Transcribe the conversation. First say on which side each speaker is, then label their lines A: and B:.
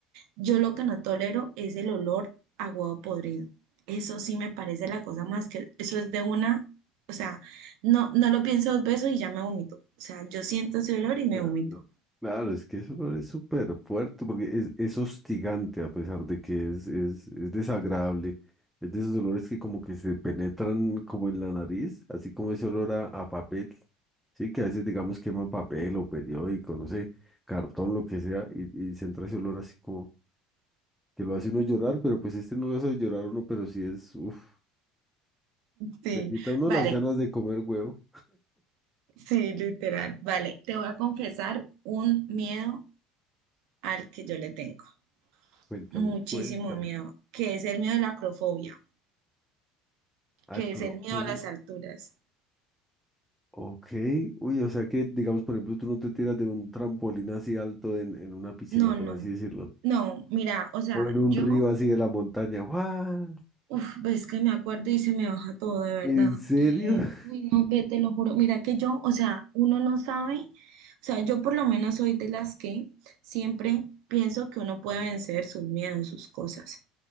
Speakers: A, on the right; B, in the centre.
A: Yo lo que no tolero es el olor a huevo podrido. Eso sí me parece la cosa más que, eso es de una, o sea, no, no lo pienso dos veces y ya me vomito. O sea, yo siento ese olor y me
B: Claro.
A: vomito.
B: claro, es que eso no es súper fuerte porque es, es hostigante a pesar de que es, es, es desagradable. Es de esos olores que como que se penetran como en la nariz, así como ese olor a, a papel, sí, que a veces digamos queman papel o periódico, no sé, cartón, lo que sea, y, y se entra ese olor así como que lo hace uno llorar, pero pues este no lo hace llorar a uno, pero sí es, uff,
A: Sí,
B: le quita a uno
A: vale,
B: las ganas de comer huevo.
A: sí, literal, vale. Te voy a confesar un miedo al que yo le tengo,
B: Cuéntame,
A: muchísimo
B: cuéntame.
A: miedo, que es el miedo de la acrofobia, que
B: Acropol.
A: es el miedo a las alturas.
B: Ok. Uy, o sea que, digamos, por ejemplo, tú no te tiras de un trampolín así alto en, en una piscina,
A: No,
B: por
A: no,
B: así decirlo.
A: no, mira, o sea,
B: O en un
A: yo,
B: río así de la montaña. ¡Guau!
A: uff, ves que me acuerdo y se me baja todo, de verdad.
B: ¿En serio?
A: Eh,
B: <laughs>
A: uy, no, ve, te lo juro, mira que yo, o sea, uno no sabe, o sea, yo por lo menos soy de las que siempre pienso que uno puede vencer sus miedos, sus cosas.